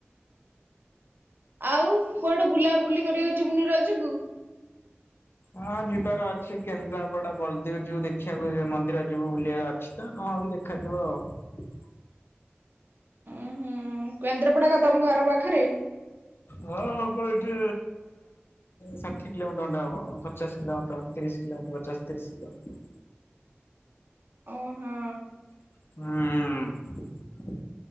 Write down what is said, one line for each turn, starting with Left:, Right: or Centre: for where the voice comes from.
Right: ଆଉ କୁଆଡେ ବୁଲାବୁଲି କରିବାକୁ ଯିବୁନି ରଜକୁ
Left: ହଁ ଯିବାର ଅଛି କେନ୍ଦ୍ରାପଡା ବଲଦୀବ ଯିଉ ଦେଖିବାକୁ ଯିବୁ ମନ୍ଦିର ଯିବୁ ବୁଲିବାର ଅଛି ତ କଣ ହଉଛି ଦେଖାଯିବ ଆଉ।
Right: ହଁ କେନ୍ଦ୍ରପଡା କଥା ତମ ଘର ପାଖରେ
Left: ହଁ ହବ ଏଇଠି ଷାଠିଏ କିଲୋମିଟର ଖଣ୍ଡେ ହବ ପଚାଶ କିଲୋମିଟର ତିରିଶ କିଲୋମିଟର ପଚାଶ ତିରିଶ କିଲୋମି
Right: ଓହୋ
Left: ହୁଁ